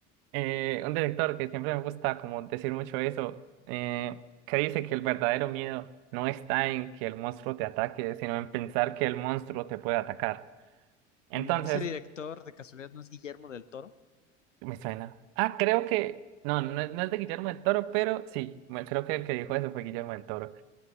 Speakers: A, on the right; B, on the left.
A: eh, un director que siempre me gusta como decir mucho eso, eh, que dice que el verdadero miedo no está en que el monstruo te ataque, sino en pensar que el monstruo te puede atacar. Entonces,
B: N- Ese director de casualidad no es Guillermo del Toro,
A: me suena. Ah, creo que... No, no, es no es de Guillermo del Toro, pero sí, me- creo que el que dijo eso fue Guillermo del Toro.